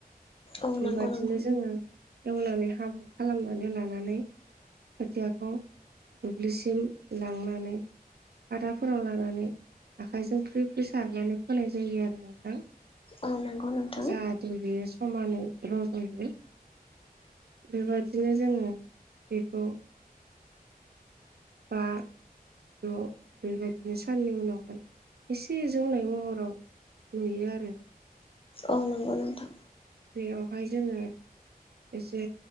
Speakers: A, on the left; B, on the right.
A: औ
B: बेबादिनो
A: नंगौ नोंथां
B: जोङो एवनानै हाब्रु खालामनानै लानानै खोथियाखौ दुब्लिसिम लांनानै खादाफोराव लानानै आखाइजों फ्रि फ्रिसारनानै फोनाय जायो आरो नोंथां
A: औ नंगौ नोंथां
B: जाहाथे बियो समानै रजयो बेबादिनो जोङो बेखौ बा द' बेबायदिनो साननि उनावहाय एसे जौनाय महराव नुयो आरो
A: औ नंगौ नोंथां
B: बेयावहाय जोङो एसे